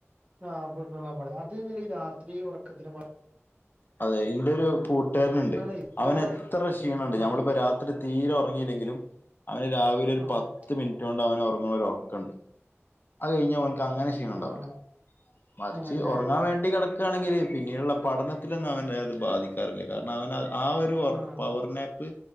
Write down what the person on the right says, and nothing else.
ആ <unintelligible> അത് ഈ രാത്രി ഉറക്കത്തി
എന്നാലേ
ഞാൻ
ആഹ്
ആഹ്
ആഹ്
അങ്ങനെല്ലേ
ആഹ്